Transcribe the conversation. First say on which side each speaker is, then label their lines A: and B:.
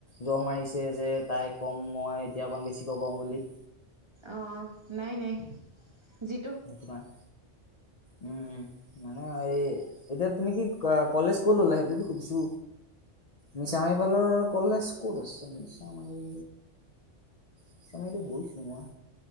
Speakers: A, on the left; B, on the right.
A: জ্বৰ মাৰি যে তাই ক'ম মই এতিয়া অকণ বেছিকৈ কম বুলি
B: অ' নাই নাই যি
A: <unintelligible> উম, মানে এই এতিয়া তুমি কি কলেজ ক'ত ল'লা সেইতো সুধিছো? মিছামাৰী ফালৰ কলেজ ক'ত আছে, মিছামাৰী নিছামাৰিটো গৈছো মই।